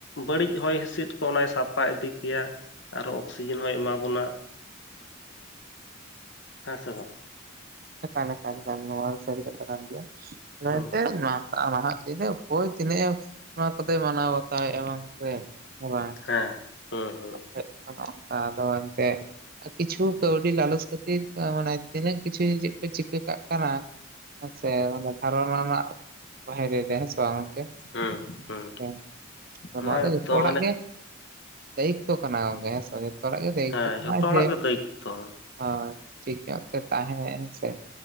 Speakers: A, on the left (about 60°); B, on the right (about 45°).
A: ᱵᱟᱹᱲᱤᱡ ᱦᱚᱭ ᱦᱤᱸᱥᱤᱫ ᱠᱚ ᱚᱱᱟᱭ ᱥᱟᱯᱷᱟ ᱤᱫᱤ ᱠᱮᱭᱟ ᱾ ᱟᱨᱚ ᱚᱠᱥᱤᱡᱮᱱ ᱦᱚᱸᱭ ᱮᱢᱟ ᱵᱚᱱᱟ ᱦᱮᱸ ᱥᱮ ᱵᱟᱝ ᱾
B: ᱮᱠᱟᱞ ᱮᱠᱟᱞ ᱜᱮ ᱵᱟᱝ ᱱᱚᱣᱟ ᱥᱟᱹᱨᱤ ᱠᱟᱛᱷᱟ ᱠᱟᱱ ᱜᱮᱭᱟ <unintelligible>
A: ᱦᱩᱸ
B: ᱼᱼ ᱱᱟᱦᱟᱜ ᱛᱤᱱᱟᱹᱜ ᱚᱠᱚᱭ ᱛᱤᱱᱟᱹᱜ ᱮ ᱱᱚᱣᱟ ᱠᱚ ᱫᱚᱭ ᱢᱟᱱᱟᱣ ᱵᱟᱛᱟᱣᱮᱜ-ᱟ ᱵᱟᱝ ᱥᱮ ᱦᱮᱸ ᱵᱟᱝ ᱾
A: ᱦᱮᱸ ᱦᱩᱸ ᱦᱩᱸ ᱾
B: ᱦᱳᱭᱳᱜ ᱠᱟᱱᱟ ᱚᱝᱠᱟ ᱟᱫᱚ ᱮᱱᱛᱮᱜ ᱼᱼ ᱠᱤᱪᱷᱩ ᱠᱟᱹᱣᱰᱤ ᱞᱟᱞᱚᱪ ᱠᱷᱟᱹᱛᱤᱨ ᱢᱟᱱᱮ ᱛᱤᱱᱟᱹᱜ ᱠᱤᱪᱷᱩ ᱪᱮᱫ ᱠᱚ ᱪᱤᱠᱟᱹ ᱠᱟᱜ ᱠᱟᱱᱟ ᱼᱼ ᱦᱮᱸ ᱥᱮ ᱫᱷᱟᱨᱚᱱᱟ ᱨᱮᱱᱟᱜ ᱵᱟᱦᱨᱮ ᱨᱮ ᱦᱮᱸ ᱥᱮ ᱵᱟᱝ ᱜᱚᱝᱠᱮ ᱾
A: ᱦᱩᱸ ᱦᱩᱸ
B: ᱦᱮᱸ ᱟᱨ
A: ᱚᱱᱟ
B: ᱱᱚᱣᱟ ᱫᱚ
A: ᱜᱮᱛᱚ
B: ᱡᱚᱛᱚ ᱦᱚᱲᱟᱜ
A: ᱢᱟᱱᱮ
B: ᱜᱮ ᱼᱼ ᱫᱟᱭᱤᱛᱛᱚ ᱠᱟᱱᱟ ᱜᱚᱝᱠᱮ ᱦᱮᱸ ᱥᱮ ᱡᱚᱛᱚ ᱦᱚᱲᱟᱜ ᱜᱮ ᱫᱟᱭᱤᱛᱛᱚ
A: ᱦᱮᱸ
B: ᱠᱟᱱᱟ
A: ᱡᱷᱚᱛᱚ ᱦᱚᱲᱟᱜ
B: ᱡᱮ
A: ᱜᱮ ᱫᱟᱭᱤᱛᱛᱚ
B: ᱼᱼ
A: ᱦᱮᱸ
B: ᱦᱚᱭ ᱴᱷᱤᱠ ᱧᱚᱜ ᱛᱮ ᱛᱟᱦᱮᱸ ᱦᱮᱸ ᱥᱮ ᱾